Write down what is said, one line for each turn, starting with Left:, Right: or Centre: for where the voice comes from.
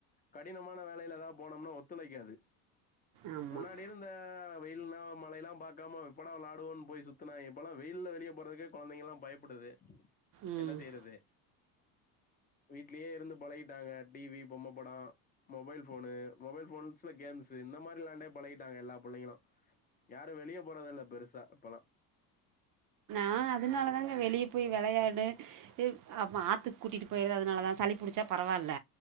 Left: கடினமான வேலைல எதா போனோம்னா ஒத்துழைக்காது
Right: ஆமாம்
Left: முன்னாடி இருந்த வெயில்லா மழைல்லா பாக்காம எப்படா வெளாடுவோனு போய் சுத்துனா இப்பல்லா வெயில்ல வெளிய போறதுக்கே கொழந்தைங்கல்லா பயப்படுது
Right: ம்
Left: என்ன செய்றது வீட்லயே இருந்து பழகிட்டாங்க டிவி பொம்ம படோ மொபைல் போனு மொபைல் போன்ஸ்ல கேம்ஸ்ஸு இந்த மாரி வெளாண்டே பழகிட்டாங்க எல்லா புள்ளைங்களு யாரு வெளிய போறதில்ல பெருசா இப்பல்லா
Right: ஆ அதனால தாங்க வெளியே போயி வெளையாடு இப் அப்ப ஆத்துக்கு கூட்டிட்டு போயடறது அதனாலதா சளி புடிச்சா பரவால்ல